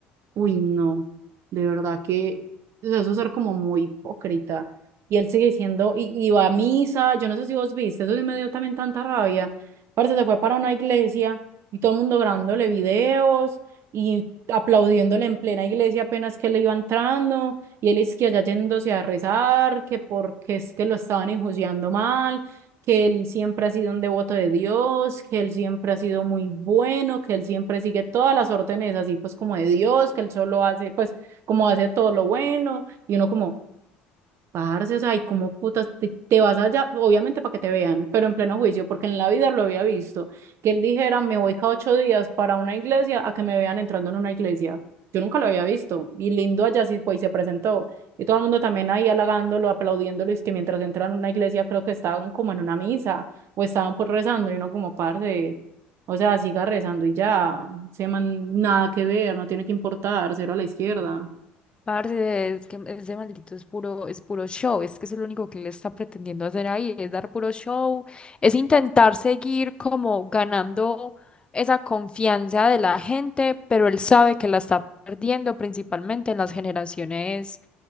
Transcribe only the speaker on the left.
Parce, es que ese maldito es puro, es puro show, es que eso es lo único que él está pretendiendo hacer ahí, es dar puro show, es intentar seguir como ganando esa confianza de la gente, pero él sabe que la está perdiendo principalmente en las generaciones